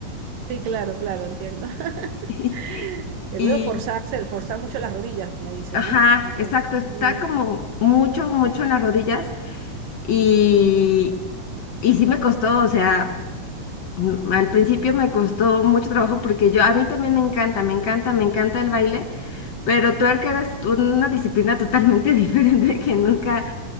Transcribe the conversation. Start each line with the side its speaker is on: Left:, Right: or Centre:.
Right: Sí, claro, claro, entiendo. <laughs>
Left: <laughs>
Right: Debe
Left: Y,
Right: forzarse, forzar mucho las rodillas, me dices,
Left: ajá,
Right: ¿no? Entonces.
Left: exacto, está
Right: Mm,
Left: como mucho, mucho en las rodillas. Y, y sí me costó, o sea, mm, al principio me costó mucho trabajo porque yo, a mí también me encanta, me encanta, me encanta el baile. Pero twerk era est- una disciplina totalmente <laughs> diferente que nunca,